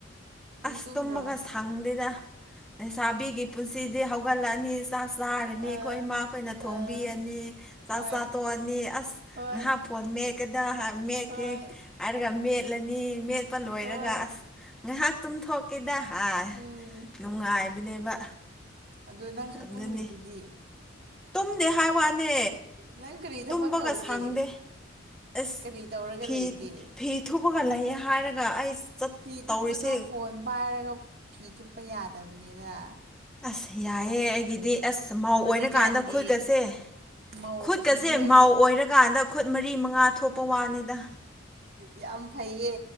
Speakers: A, on the right; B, in the centre.
A: ꯅꯪ
B: ꯑꯁ
A: ꯇꯨꯝꯗ꯭ꯔꯣ
B: ꯇꯨꯝꯕꯒ ꯁꯪꯗꯦꯗ ꯂꯩꯁꯥꯕꯤꯒꯤ ꯄꯨꯟꯁꯤꯗꯤ ꯍꯧꯒꯠꯂꯛꯑꯅꯤ ꯆꯥꯛ ꯆꯥꯔꯅꯤ
A: ꯑꯥ
B: ꯑꯩꯈꯣꯏ ꯏꯃꯥꯈꯣꯏꯅ ꯊꯣꯡꯕꯤꯔꯅꯤ
A: ꯑꯥ
B: ꯆꯥꯛ
A: ꯍꯣꯏ
B: ꯆꯥꯊꯣꯛꯑꯅꯤ ꯑꯁ
A: ꯍꯣꯏ
B: ꯉꯥꯏꯍꯥꯛ ꯐꯣꯟ ꯃꯦꯛꯀꯗ ꯃꯦꯛꯀꯦ
A: ꯍꯣꯏ
B: ꯍꯥꯏꯔꯒ ꯃꯦꯠꯂꯅꯤ ꯃꯦꯠꯄ ꯂꯣꯏꯔꯒ
A: ꯍꯣꯏ
B: ꯑꯁ ꯉꯥꯏꯍꯥꯛ ꯇꯨꯝꯊꯣꯛꯀꯦꯗ ꯍꯥ
A: ꯎꯝ
B: ꯅꯨꯡꯉꯥꯏꯕꯅꯦꯕ
A: ꯑꯗꯨ ꯅꯪꯁꯨ
B: ꯑꯗꯨꯅꯤ
A: ꯇꯨꯝꯃꯤꯗꯨꯗꯤ
B: ꯇꯨꯝꯗꯦ ꯍꯥꯏ ꯋꯥꯅꯦ
A: ꯅꯪ ꯀꯔꯤ ꯊꯕꯛ
B: ꯇꯨꯝꯕꯒ
A: ꯇꯧꯒꯦ
B: ꯁꯪꯗꯦ ꯑꯦꯁ
A: ꯀꯔꯤ ꯇꯧꯔꯒ
B: ꯐꯤ-ꯐꯤ
A: ꯂꯩꯒꯦ
B: ꯊꯨꯄꯥꯒ ꯂꯩꯌꯦ ꯍꯥꯏꯔꯒ ꯑꯩ ꯆꯠ
A: ꯐꯤ
B: ꯇꯧꯔꯤꯁꯦ
A: ꯊꯨꯞꯄꯗꯣ ꯐꯣꯟ ꯄꯥꯏꯔꯒ ꯐꯤ ꯊꯨꯞꯄ ꯌꯥꯗꯕꯅꯤꯗ
B: ꯑꯁ ꯌꯥꯏꯌꯦ ꯑꯩꯒꯤꯗꯤ ꯑꯁ ꯃꯥꯧ
A: ꯍꯧꯖꯤꯛꯀꯥꯟꯒꯤ
B: ꯑꯣꯏꯔꯀꯥꯟꯗ ꯈꯨꯠꯀꯁꯦ
A: ꯃꯧꯁꯤ
B: ꯈꯨꯠꯀꯁꯦ
A: ꯅꯣꯏ
B: ꯃꯥꯧ ꯑꯣꯏꯔꯀꯥꯟꯗ ꯈꯨꯠ ꯃꯔꯤ ꯃꯉꯥ ꯊꯣꯛꯄ ꯋꯥꯅꯤꯗ
A: ꯌꯥꯝ ꯐꯩꯌꯦ